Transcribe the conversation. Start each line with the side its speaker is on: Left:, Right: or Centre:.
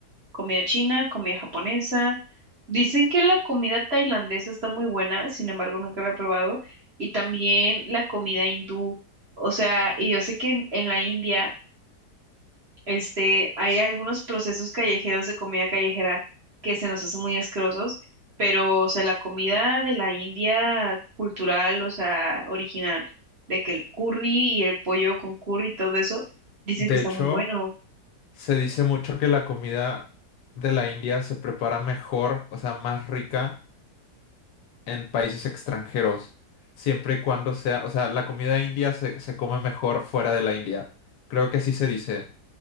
Right: comida china, comida japonesa. Dicen que la comida tailandesa está muy buena, sin embargo, nunca la he probado. Y también la comida hindú. O sea, y yo sé que en en la India Este, hay algunos procesos callejeros de comida callejera que se nos hacen muy asquerosos, pero, o sea, la comida de la India cultural, o sea, original, de que el curry y el pollo con curry y todo eso, dicen
Left: De
Right: que está
Left: hecho,
Right: muy bueno.
Left: se dice mucho que la comida de la India se prepara mejor, o sea, más rica en países extranjeros, siempre y cuando sea, o sea, la comida india se, se come mejor fuera de la India. Creo que así se dice.